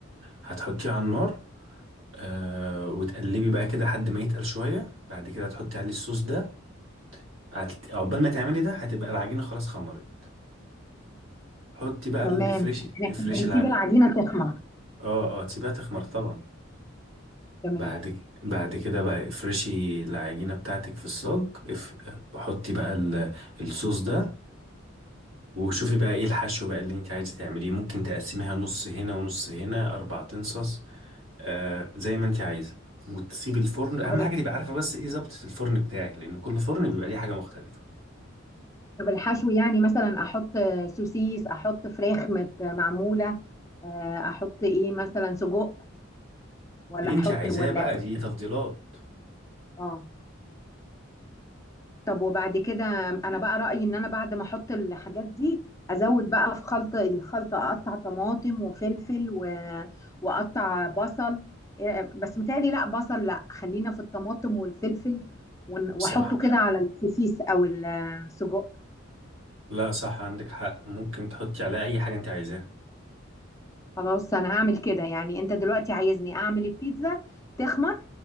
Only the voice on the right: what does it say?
هتحطيه على النار آه وتقلبي بقى كده لحد ما يتقل شويه بعد كده تحطي عليه الصوص ده هت- عقبال ما تعملي ده هتبقى العجينه خلاص خمرت حطي بقى
الافريش
افريش
الع...
اه اه تسيبيها تخمر طبعا
بعد ك- بعد كده بقى افرشي العجينة بتاعتك في الصاج اف... حطي بقى ال... الصوص ده وشوفي بقى ايه الحشو بقى اللي انت عايزة تعمليه ممكن تقسميها نص هنا ونص هنا اربع تنصص آه زي ما انت عايزة وتسيبي الفرن اهم
حاجة تبقى عارفة بس ايه ظبطة الفرن بتاعك لان كل فرن بيبقى ليه حاجة مختلفة
اللي
انت عايزاه
بقى دي تفضيلات
صح
لا صح عندك حق ممكن تحطي عليها اي حاجة انت عايزاها